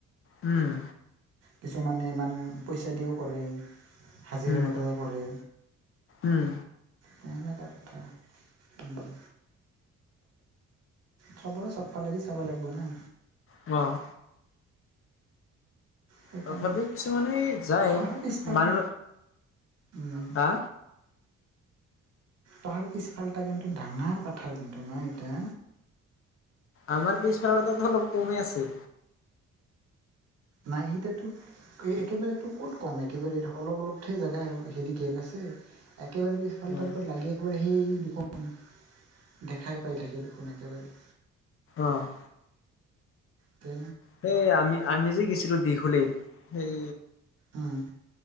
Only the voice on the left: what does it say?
উম'।
উম,
উম,
অ'।
তথাপিও কিছুমানে যায়,
মানুহ
হা
আমাৰ পিছফালৰ <unintelligible> কমে আছে
অ',
অহ'।
সেই আমি-আমি যে গেছিলো দীঘলীত, সেই